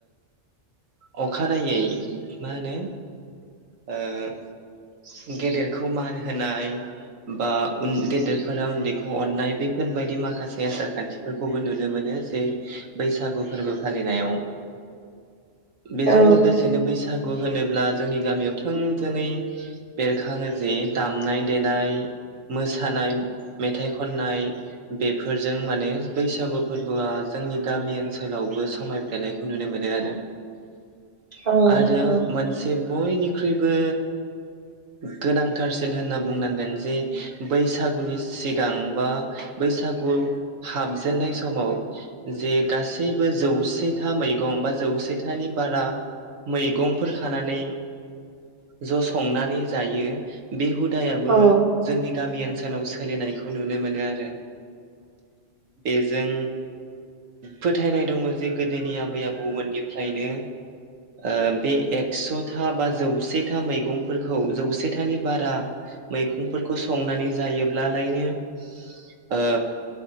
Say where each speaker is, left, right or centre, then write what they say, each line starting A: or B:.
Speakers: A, on the right; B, on the right.
A: ओ अखानायै मा होनो ओ गेदेरखौ मान होनाय बा उन गेदेरफोरा उन्दैखौ अननाय बैफोरबायदि माखासे आसार खान्थिफोरखौबो नुनो मोनो जे बैसागु फोरबो फालिनायाव बेजों
B: औ
A: लोगोसेनो बैसाग बैसागु होनोब्ला जोंनि गामियाव थोंजोङै बेरखाङो जे दामनाय देनाय मोसानाय मेथाइ खननाय बेफोरजों माने बैसागु फोरबोआ जोंनि गामि ओनसोलावबो समायफ्लेनायखौ नुनो मोनो आरो
B: औ
A: आरो
B: नंगौ
A: मोनसे बयनि ख्रुइबो गोनांथारसिन होनना बुंनांगोन जे बैसागुनि सिग गां बा बैसागु हाबजेननाय समाव जे गासैबो जौसेथा मैगं बा जौसेथानि बारा मैगंफोर खानानै ज' संनानै जायो बे हुदा दायाबो
B: औ
A: जोंनि गामि ओनसोलाव सोलिनाय खौ नुनो मोनो आरो बेजों फोथायनाय दङ जे गोदोनि आबै आबौमोननिफ्रायनो ओ बे एक्स'था बा जौसेथा मैगंफोरखौ जौसेथानि बारा मैगंफोरखौ संनानै जायोब्ला लायनो ओ